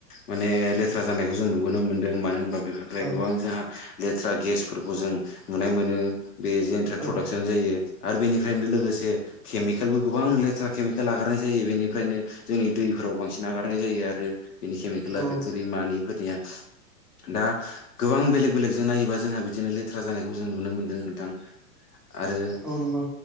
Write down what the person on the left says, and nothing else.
माने लेथ्रा जानायखौ जों नुुबोनो मोनदों मानो होनबा बेफोर ओमफ्राय
गोबां जोंहा लेथ्रा गेसफोरखौ जों नुनाय मोनो बे जेन प्रडाक्सन
जायो आरो बेनिफ्रायनो लोगोसे केमिकेलबो गोबां लेथ्रा केमिकेल आगारनाय जायो बेनि ओफ्रायनो जोंनि दैफोराव बांसिन नगारनाय जायो आरो बिनि केमिकेला
फेक्ट'रि मानिफोरनिया दा गोबां बेलेग बेलेगजों नायोबा जोंहा बिदिनो लेथ्रा जानायखौ जों नुनो मोन्दों नोंथां। आरो